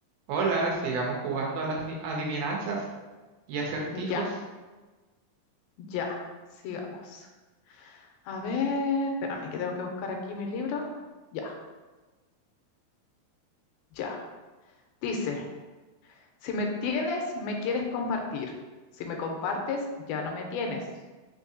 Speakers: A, on the right; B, on the left.
A: Hola, sigamos jugando a las di- adivinanzas y acertijos.
B: Ya, ya, sigamos. A ver, espérame que tengo que buscar aquí mi libro. Ya, ya. Dice, si me tienes, me quieres compartir. Si me compartes, ya no me tienes.